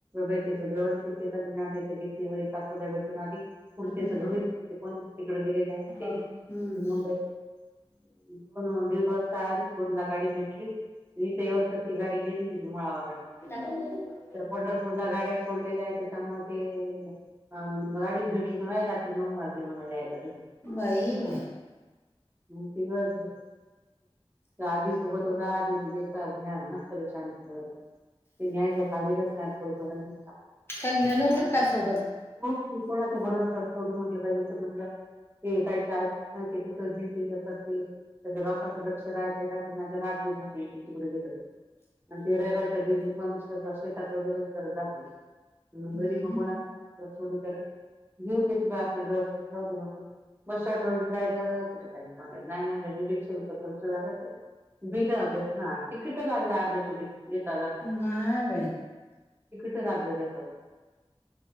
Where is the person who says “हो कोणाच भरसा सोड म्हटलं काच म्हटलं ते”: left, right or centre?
Right